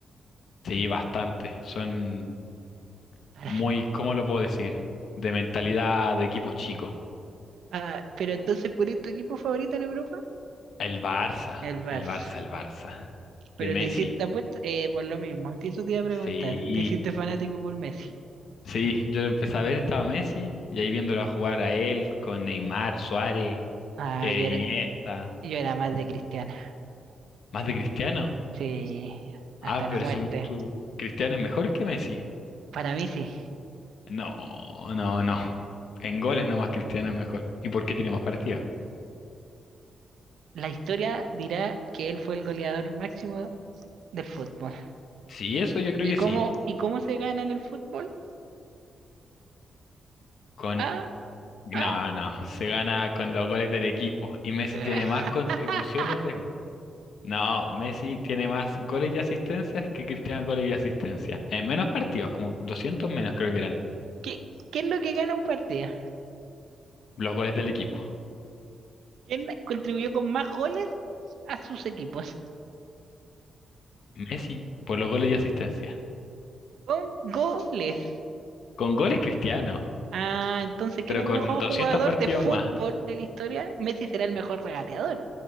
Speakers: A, on the left; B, on the right.
A: Sí, bastante. Son
B: <laughs>
A: muy, ¿cómo lo puedo decir? De mentalidad de equipos chicos.
B: Ah, pero entonces, ¿cuál es tu equipo favorito en Europa?
A: El Barça,
B: El Barça.
A: el Barça, el Barça.
B: Pero
A: De
B: te
A: Messi.
B: hiciste, te apuesto, eh, por lo mismo, te- eso te iba a preguntar.
A: Sí,
B: ¿Te hiciste fanático por Messi?
A: sí, yo lo empecé a ver, estaba Messi, y ahí viéndolo jugar a él con Neymar, Suárez,
B: Ah,
A: eh,
B: yo
A: Iniesta.
B: era, yo era más de Cristiano.
A: ¿Más de Cristiano?
B: Sí, hasta
A: Ah,
B: la
A: pero
B: muerte.
A: según tú, ¿Cristiano es mejor que Messi?
B: Para mí sí.
A: No, no, no. En goles nomás Cristiano es mejor. ¿Y por qué tiene más partidos?
B: La historia dirá que él fue el goleador máximo del fútbol.
A: Sí, eso yo creo
B: ¿Y
A: que
B: cómo,
A: sí.
B: y cómo se gana en el fútbol?
A: con
B: Ah,
A: No,
B: ah.
A: no, se gana con los goles del equipo y Messi
B: <laughs>
A: tiene más contribuciones de gol. No, Messi tiene más goles y asistencias que Cristiano goles y asistencias. En menos partidos, como 200 menos creo que eran
B: ¿Qué, qué es lo que gana un partido?
A: los goles del equipo.
B: ¿Quién contribuyó con más goles a sus equipos?
A: Messi por los goles y asistencias.
B: Con goles.
A: Con goles Cristiano,
B: Ah, entonces, ¿quién
A: pero
B: es el
A: con
B: mejor
A: 200
B: jugador
A: partidos
B: de fútbol
A: más.
B: de la historia? Messi será el mejor regateador.